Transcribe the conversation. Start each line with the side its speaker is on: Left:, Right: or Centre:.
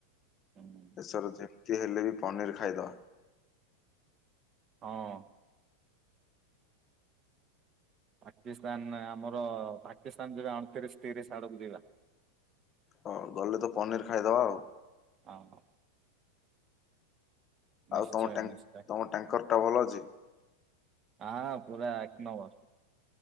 Right: ହୁଁ।
Left: ଏଥର ଯେମିତି ହେଲେ ବି ପନିର୍ ଖାଇଦବା।
Right: ହଁ। ପାକିସ୍ତାନ ଆମର ପାକିସ୍ତାନ ଯିବା ଅଣତିରିଶି ତିରିଶି ଆଡ଼କୁ ଯିବା।
Left: ହଁ ଗଲେ ତ ପନିର୍ ଖାଇଦବା ଆଉ।
Right: ହଁ। ନିଶ୍ଚୟ
Left: ଆଉ ତମ ଟାଙ୍କି
Right: ନିଶ୍ଚୟ
Left: ତମ ଟ୍ୟାଙ୍କରଟା ଭଲ ଅଛି।
Right: ଆ ପୁରା ଏକ ନମ୍ବର।